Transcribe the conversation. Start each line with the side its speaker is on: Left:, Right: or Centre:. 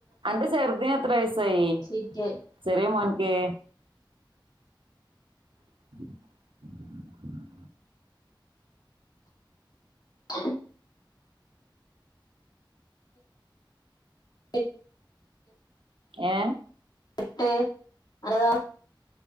Right: അന്റെ ചെറുതിന് എത്ര വയസായി
Left: സീറ്റ്
Right: ചെറിയ മോൻ ക്ക്‌ ഉ
Left: <inaudible> എ
Right: ഏ
Left: എട്ട് അന്റതോ